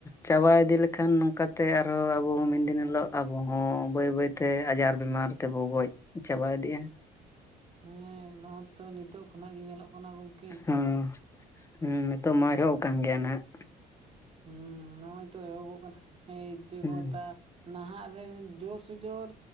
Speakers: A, on the left; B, on the right.
A: ᱪᱟᱵᱟ ᱤᱫᱤ ᱞᱮᱠᱷᱟᱱ ᱱᱚᱝᱠᱟ ᱛᱮ ᱟᱨᱦᱚᱸ ᱟᱵᱚ ᱦᱚᱸ ᱢᱮᱱ ᱫᱤᱱ ᱦᱤᱞᱳᱜ ᱟᱵᱚ ᱦᱚᱸ ᱵᱟᱹᱭ ᱵᱟᱹᱭ ᱛᱮ ᱟᱡᱟᱨ ᱵᱤᱢᱟᱨ ᱛᱮᱵᱚ ᱜᱚᱡ ᱪᱟᱵᱟ ᱤᱫᱤᱜ-ᱟ
B: ᱦᱮᱸ ᱱᱚᱣᱟ ᱛᱚ ᱱᱤᱛᱚᱜ ᱠᱷᱚᱱᱟᱜ ᱜᱮ ᱧᱮᱞᱚᱜ ᱠᱟᱱᱟ ᱜᱚᱝᱠᱮ
A: ᱦᱚᱸ ᱦᱚᱸ ᱱᱤᱛᱳᱜ ᱢᱟ ᱮᱦᱚᱵ ᱟᱠᱟᱱ ᱜᱮᱭᱟ ᱱᱟᱦᱟᱜ
B: ᱦᱩᱸ ᱱᱚᱜ-ᱚᱭ ᱛᱚ ᱮᱦᱚᱵᱚᱜ ᱠᱟᱱᱟ ᱪᱮᱫ
A: ᱦᱩᱸ
B: ᱠᱚ ᱢᱮᱛᱟᱜ-ᱟ ᱱᱟᱦᱟᱜ ᱨᱮᱱ ᱡᱳᱨ ᱥᱮ ᱡᱳᱨ